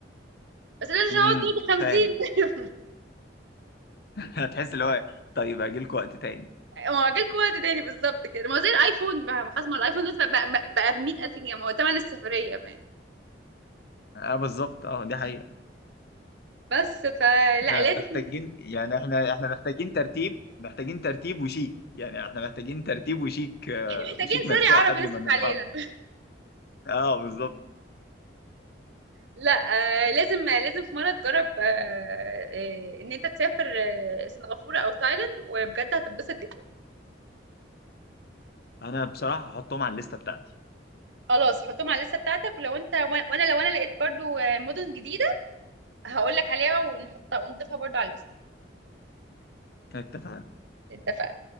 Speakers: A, on the right; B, on the left.
A: بس لازم
B: امم
A: هو دول ب 50
B: فاهم
A: <laughs>
B: هتحس اللي هو طيب اجي لكم وقت تاني
A: ما هو جالكوا وقت تاني بالظبط كده ما هو زي الايفون بقى ما خلاص ما هو الايفون دلوقتي بقى, بقى, بقى ب 100000 جنيه ما هو تمن السفرية فاهم
B: اه بالظبط اه دي حقيقة
A: بس فلا
B: احنا
A: لازم
B: محتاجين يعني احنا احنا محتاجين ترتيب محتاجين ترتيب وشيك يعني احنا محتاجين ترتيب وشيك آه،
A: يعني محتاجين
B: وشيك مدفوع
A: ساري عربي
B: قبل
A: يصرف
B: ما
A: علينا
B: نتحرك اه بالظبط
A: لا آه، لازم لازم في مرة تجرب آه، آه، ان انت تسافر آه، سنغافورة او تايلاند وبجد هتتبسط جدا
B: انا بصراحة هحطهم على الليستة بتاعتي
A: خلاص حطهم على الليستة بتاعتك ولو انت وانا لو انا لقيت برضو آه، مدن جديدة هقول لك عليها ونحطها ونضيفها برضو على الليستة
B: اتفقنا
A: اتفقنا